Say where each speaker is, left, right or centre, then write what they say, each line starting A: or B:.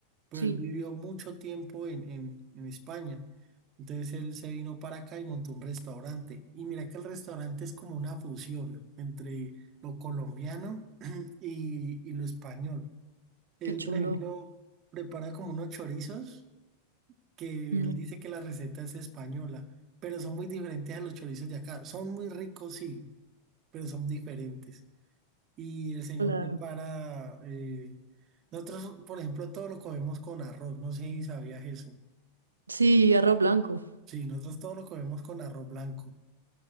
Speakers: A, on the right; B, on the right.
A: Pero
B: Sí,
A: él vivió mucho tiempo en, en, en España. Entonces él se vino para acá y montó un restaurante. Y mira que el restaurante es como una fusión entre lo colombiano <clears throat> y, y lo español. Él,
B: qué chulo.
A: por ejemplo, prepara como unos chorizos que
B: Mm,
A: él dice que la receta es española, pero son muy diferentes a los chorizos de acá. Son muy ricos, sí, pero son diferentes. Y el señor
B: claro.
A: prepara, eh, nosotros, por ejemplo, todo lo comemos con arroz, no sé si sabías eso.
B: Sí, arroz blanco.
A: Sí, nosotros todo lo comemos con arroz blanco.